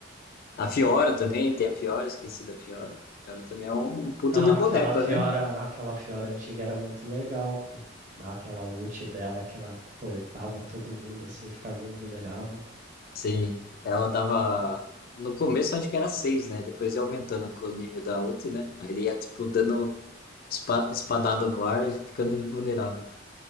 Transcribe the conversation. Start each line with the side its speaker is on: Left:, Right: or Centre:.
Left: A Fiora também, tem a Fiora, esqueci da Fiora. A Fiora também é um um puta
Right: Ah,
Left: de boneca,
Right: aquela Fiora,
Left: né?
Right: aquela Fiora antiga era muito legal, pô. Dá Aquela ult dela que ela cortava todo mundo assim, ficava invulnerável.
Left: Sim, ela tava. No começo acho que era seis, né? Depois ia aumentando com o nível da ult, né? Aí ele ia, tipo, dando espa- espadada no ar e ficando invulnerável.